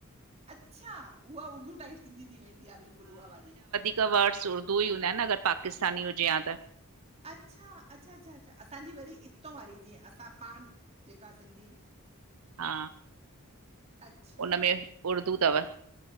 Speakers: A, on the right (about 30°); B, on the right (about 80°).
A: अच्छा, उहा उर्दू टाइप सिंधी थी वेंदी आ, बिल्कुल उहा वारी।
B: त, वर्ड्स उर्द ई हूंदा एन, न अगर पाकिस्तानी हुजे हां त।
A: अच्छा, अच्छा अच्छा अच्छा, असांजी वरी इतों वारी जीअं असां पान् जेका सिंधी
B: हा,
A: अच्छा
B: उनमें उर्दू तव।